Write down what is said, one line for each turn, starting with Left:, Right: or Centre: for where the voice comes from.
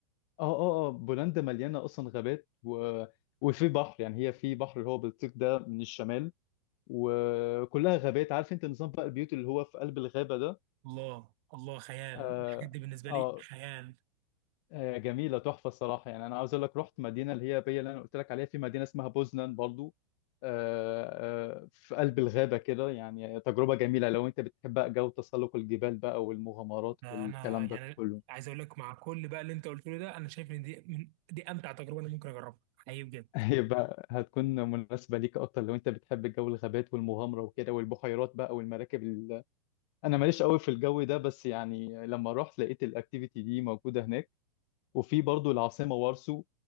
Left: اه اه اه بولندا مليانة اصلا غابات و... وفي بحر يعني هي في بحر اللي هو بيطيق ده من الشمال وكلها غابات عارف انت نظام بقى البيوت اللي هو في قلب الغابة ده
Right: الله الله خيال
Left: اه,
Right: الحاجات دي بالنسبه
Left: آه
Right: لي خيال
Left: آه، جميلة تحفة الصراحة يعني أنا عاوز أقول لك رحت مدينة اللي هي بي اللي أنا قلت لك عليها في مدينة اسمها بوزنان برضو آه، آه، في قلب الغابة كده يعني تجربة جميلة لو أنت بتحب بقى جو تسلق الجبال بقى والمغامرات
Right: انا
Left: والكلام
Right: أنا يعني
Left: ده كله
Right: عايز اقول لك مع كل بقى اللي انت قلته لي ده انا شايف ان دي من دي امتع تجربه انا ممكن اجربها حقيقي بجد
Left: <laughs> هيبقى هتكون مناسبة ليك أكتر لو أنت بتحب جو الغابات والمغامرة وكده والبحيرات بقى والمراكب ال... أنا ماليش قوي في الجو ده بس يعني لما رحت لقيت الأكتيفيتي دي موجودة هناك وفي برضو العاصمة وارسو